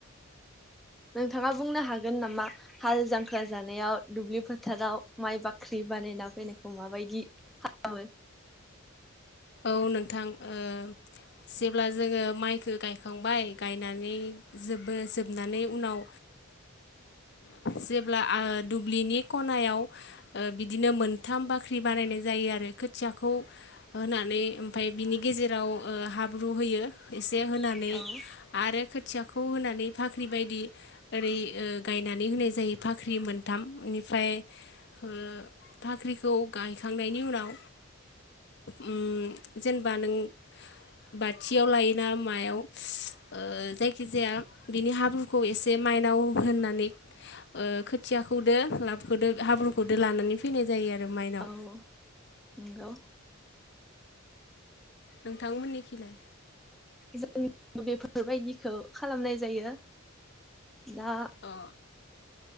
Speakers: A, in the centre; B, on the left.
A: नोंथाङा बुंनो हागोन नामा हाल जांख्रा जानायाव दुब्लि फोथाराव माइ बाख्रि बानायना फैनायखौ माबायदि खालामो?
B: औ नोंथां ओ जेब्ला जोङो माइखो गायखांबाय गायनानै जोबो जोबनानै उनाव जेब्ला दुब्लिनि खनायाव बि दिनो मोनथाम बाख्रि बानायनाय जायो आरो खोथियाखौ होनानै ओमफ्राय बिनि गेजेराव हाब्रु होयो। जे होनानै
A: खालामो?
B: आरो खोथियाखौ होनानै जेरै फाख्रि बायदि ओरै‌ ओ गायनानै होनाय जायो फाख्रि मोनथाम ओनिफ्राय ओ फाख्रिखौ गायखांनायनि उनाव उम जेनेबा नों बाथियाव लायोना मायाव ओ जायखिजाया बिनि हाब्रुखौ एसे माइनाव होननानै ओ खोथियाखौदो लाबखदो हाब्रुखौदो लानानै फैनाय जायो आरो माइनाव
A: औ नंगौ
B: नोंथांमोननिखैलाय
A: जों बेफोरबायदिखौ खालामनाय जायो। दा
B: अ